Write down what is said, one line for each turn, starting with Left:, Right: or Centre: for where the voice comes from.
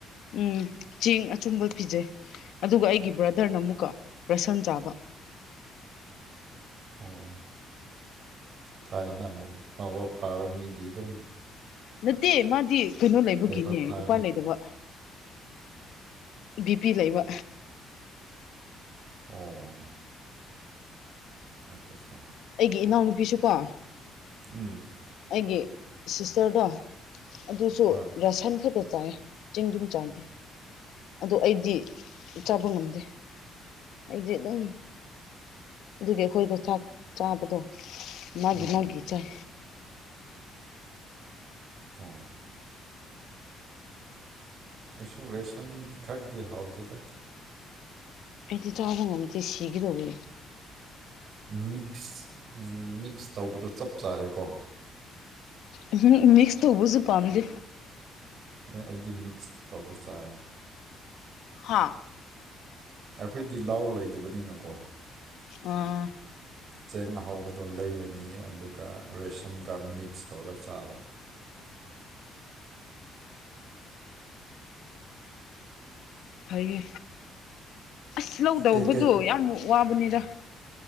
Left: ꯎꯝ ꯆꯦꯡ ꯑꯆꯨꯝꯕ ꯄꯤꯖꯩ ꯑꯗꯨꯒ ꯑꯩꯒꯤ ꯕ꯭ꯔꯗꯔꯅ ꯑꯃꯨꯛꯀ ꯔꯁꯟ ꯆꯥꯕ
Right: ꯑꯣ ꯐꯅ ꯑꯃꯨꯛ ꯃꯥꯎ ꯐꯥꯕ ꯃꯤꯗꯤ ꯑꯗꯨꯝ
Left: ꯅꯠꯇꯦ ꯃꯥꯗꯤ ꯀꯩꯅꯣ ꯂꯩꯕꯒꯤꯅꯦ
Right: ꯂꯥꯏꯕꯛ ꯐꯔꯅꯤ
Left: ꯎꯄꯥꯏ ꯂꯩꯇꯕ ꯕꯤ ꯄꯤ ꯂꯩꯕ
Right: ꯑꯣ ꯑꯆꯥ ꯑꯠꯆꯥ
Left: ꯑꯩꯒꯤ ꯏꯅꯥꯎꯅꯨꯄꯤꯁꯨꯀꯣ
Right: ꯎꯝ
Left: ꯑꯩꯒꯤ ꯁꯤꯁꯇꯔꯗꯣ ꯑꯗꯨꯁꯨ
Right: ꯍꯣꯏ
Left: ꯔꯁꯟ ꯐꯛꯇ ꯆꯥꯏ ꯆꯦꯡ ꯌꯨꯝ ꯆꯥꯗꯦ ꯑꯗꯣ ꯑꯩꯗꯤ ꯆꯥꯕ ꯉꯝꯗꯦ ꯑꯩꯗꯤ ꯑꯗꯨꯝ ꯑꯗꯨꯒꯤ ꯑꯩꯈꯣꯏꯗ ꯆꯥꯛ ꯆꯥꯕꯗꯣ ꯃꯥꯒꯤ
Right: ꯎꯝ
Left: ꯃꯥꯒꯤ
Right: ꯎꯝ
Left: ꯆꯥꯏ
Right: ꯑꯣ ꯑꯩꯁꯨ ꯔꯦꯁꯟꯒꯤ ꯈꯛꯇꯤ ꯍꯥꯎꯗꯦꯗ꯫
Left: ꯑꯩꯗꯤ ꯆꯥꯕ ꯉꯝꯗꯦ ꯁꯤꯒꯦꯇꯧꯋꯦ꯫
Right: ꯃꯤꯛꯁ ꯃꯤꯛꯁ ꯇꯧꯕꯗꯣ ꯆꯞ ꯆꯥꯔꯦꯀꯣ꯫
Left: ꯎꯍꯨꯝ ꯃꯤꯛꯁ ꯇꯧꯕꯁꯨ ꯄꯥꯝꯗꯦ꯫
Right: ꯑꯦ ꯑꯩꯗꯤ ꯃꯤꯛꯁ ꯇꯧꯔ ꯆꯥꯏ꯫
Left: ꯍꯥꯥ꯫
Right: ꯑꯩꯈꯣꯏꯗꯤ ꯂꯥꯎ ꯂꯩꯗꯕꯅꯤꯅꯀꯣ꯫
Left: ꯑꯥ꯫
Right: ꯆꯦꯡ ꯑꯍꯥꯎꯕꯗꯣ ꯂꯩꯔꯅꯤ ꯑꯗꯨꯒ ꯔꯦꯁꯟꯒ ꯃꯤꯛꯁ ꯇꯧꯔꯒ ꯆꯥꯕ꯫
Left: ꯐꯩꯌꯦ ꯑꯁ ꯂꯧꯇꯧꯕꯗꯣ
Right: ꯀꯩꯀꯩ
Left: ꯌꯥꯝ ꯋꯥꯕꯅꯤꯗ꯫